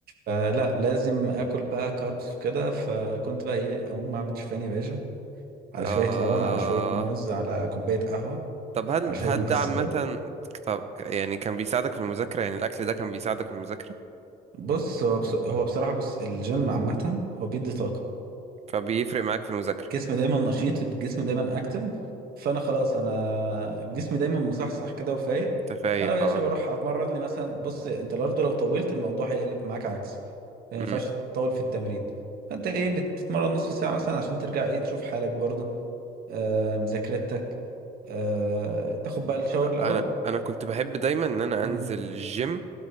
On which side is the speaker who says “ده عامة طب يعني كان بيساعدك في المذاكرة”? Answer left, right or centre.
Right